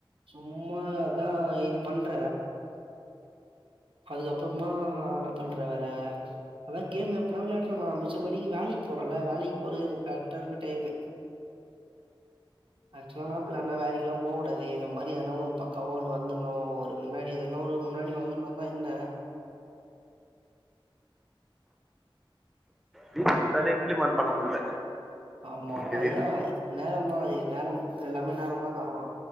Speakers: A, on the right; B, in the centre.
A: சும்மா தா இது பண்ற அதுக்கப்பறமா என்ன பண்ற வேற அதா கேம் எப்பனா விளையாடறனா மிச்சபடி வேலைக் போறல வேலைக்கு போறது எனக்கு கரெக்டா இருக்கு டைமு ஆக்சுலா இனா ப்ளேன்னா வேலைக்லா போ கூடாது இந்த மாரி எதனா ஒன்னு பக்காவா ஒன்னு வந்துணு ஒரு முன்னாடி எதுனா ஒரு முன்னாடி வந்ருந்தப்ப இல்ல
B: வீட்ல இருந்தாலே இம்ப்ளிமெண்ட் பண்ண முல்ல
A: ஆமா
B: திடீர்னு
A: அதுதா அது நேரந்தா அது நேரம் எல்லாமே நேரந்தா காரண